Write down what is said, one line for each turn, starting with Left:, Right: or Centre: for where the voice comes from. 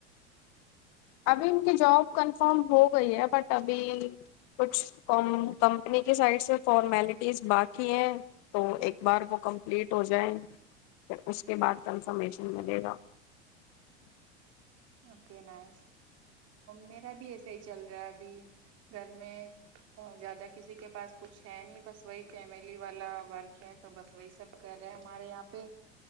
Left: ابھی ان کی جاب کنفرم ہو گئی ہے بٹ ابھی کچھ کمپنی کی سائڈ سے فارمیلٹی پز باقی ہے تو ایک بار وہ کمپلیٹ ہو جائے ج پ اس کے بعد کنفرمیشن ملے گا
Right: اوکے نائس میرا بھی ایسے ہی چل رہا ہے ابھی گھر میں زیادہ کسی کے پاس کچھ ہے نہیں بس وہی فیملی والا ورک ہے تو بس وہی سب کر رہے ہیں ہمارے یہاں پہ